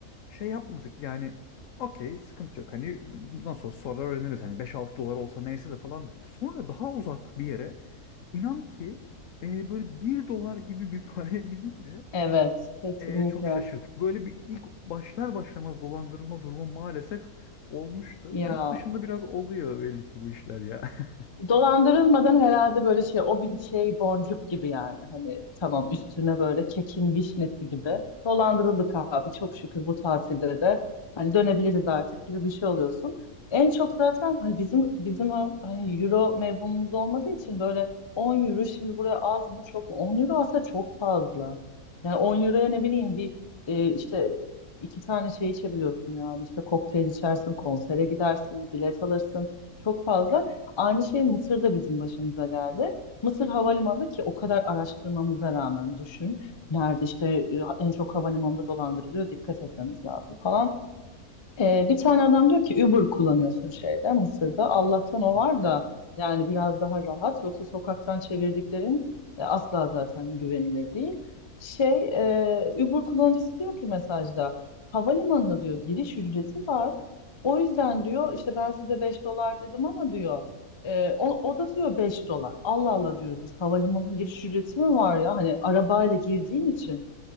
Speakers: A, on the left (about 65°); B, on the left (about 25°).
A: şey yapmadık yani okey sıkıntı yok. Hani nasıl olsa sonra öğreniriz. Hani 5-6 dolar olsa neyse de falan dedik. Sonra daha uzak bir yere inan ki e, böyle bir dolar gibi bir <laughs> paraya gidince
B: Evet kesinlikle.
A: e, çok şaşırdık. Böyle bir ilk başlar başlamaz dolandırılma durumu maalesef olmuştu.
B: Ya.
A: Yurt dışında biraz oluyor belli ki bu işler ya. <laughs>
B: Dolandırılmadan herhalde böyle şey o bir şey boncuk gibi yani hani tamam üstüne böyle kekin vişnesi gibi dolandırıldık abi çok şükür bu tatilde de hani dönebiliriz artık gibi bir şey oluyorsun. En çok zaten hani bizim bizim o hani euro mevhumumuz olmadığı için böyle 10 euro şimdi buraya az mı çok mu 10 euro aslında çok fazla. Yani on euroya ne bileyim bir e, işte iki tane şey içebiliyorsun yani işte kokteyl içersin konsere
A: Hı hı.
B: gidersin bilet alırsın çok fazla. Aynı şey Mısır'da bizim başımıza geldi. Mısır havalimanı ki o kadar araştırmamıza rağmen düşün. Nerede işte e, en çok havalimanında dolandırılıyor dikkat etmemiz lazım falan. Ee, bir tane adam diyor ki Uber kullanıyorsun şeyde Mısır'da. Allah'tan o
A: Hı
B: var
A: hı.
B: da yani biraz daha rahat. Yoksa sokaktan çevirdiklerin e, asla zaten güvenilir değil. Şey e, Uber kullanıcısı diyor ki mesajda havalimanına diyor giriş ücreti var. O yüzden diyor işte ben size 5 dolar dedim ama diyor e, o, o da diyor 5 dolar. Allah Allah diyoruz biz havalimanının giriş ücreti mi var ya hani arabayla girdiğin için.